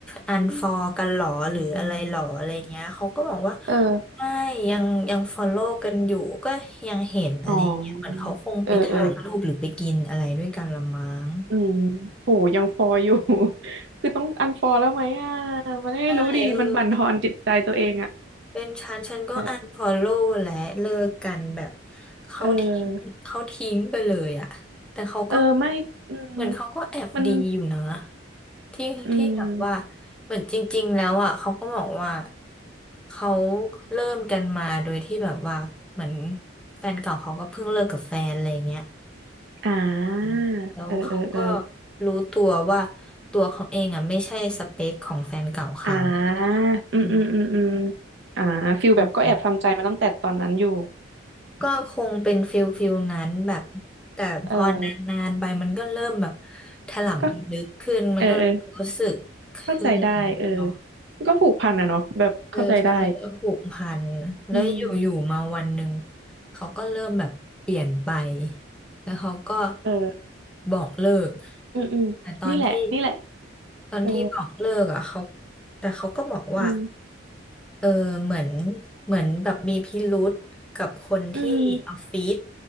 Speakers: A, in the centre; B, on the right.
A: อันฟอลกันหรอหรืออะไรหรออะไรเงี้ยเขาก็บอกว่า
B: เออ
A: ไม่ยังยังฟอลโล่กันอยู่ก็ยังเห็นอะไรเงี้ยเหมือนเขาคงไปถ่ายรูปหรือไปกินอะไรด้วยกันละมั้ง
B: อ๋อเออเอออืมโหยังฟออยู่ <laughs> คือต้องอันฟอแล้วไหมอ่ะมันไม่รู้ดีมันบั่นทอนจิตใจตัวเองอ่ะ
A: ใช่เออเป็นเป็นฉันฉันก็อันฟอลโล่และเลิกกันแบบ
B: เออ
A: เขาทิ้งเขาทิ้งไปเลยอะแต่เขาก็
B: เออเออไม่อืม
A: เหมือนเขาก็แอบดีอยู่นะ
B: มัน
A: ที่ที่แบบว่า
B: อืม
A: เหมือนจริงๆแล้วอะเขาก็บอกว่าเขาเริ่มกันมาโดยที่แบบว่าเหมือนแฟนเก่าเขาก็เพิ่งเลิกกับแฟนอะไรเงี้ย
B: อ่
A: อืมแล้วเขาก็
B: าเออเออเออ
A: รู้ตัวว่าตัวเขาเองอ่ะไม่ใช่สเปคของแฟนเก่าเขา
B: อ่าอืมอืมอืมอืม
A: อื
B: อ่าฟิลแบบก็แอบทำใจมาตั้งแต่ตอนนั้นอยู่
A: ม ก็คงเป็นฟิลฟิลนั้นแบบแต่พอนานๆไปมันก็เริ่มแบบ
B: เออ
A: ถลำลึกขึ้นมันก็รู้สึกขึ้นเนาะ
B: ก็เออเออเข้าใจได้เออก็ผูกพันอะเนาะแบบเข้าใจได้
A: เออใช่ผูกพันแล้วอยู่ๆมาวันหนึ่ง
B: อืม
A: เขาก็เริ่มแบบเปลี่ยนไปแล้วเขาก็
B: เออ
A: บอกเลิก
B: อืมอืมนี่แหละนี่แหละ
A: แต่ตอนที่ตอนที่บอกเลิกอ่ะเขา
B: เออ
A: แต่เขาก็บอกว่า
B: อืม
A: เออเหมือนเหมือนแบบมีพิรุธกับคนที่ออฟฟิศ
B: อืม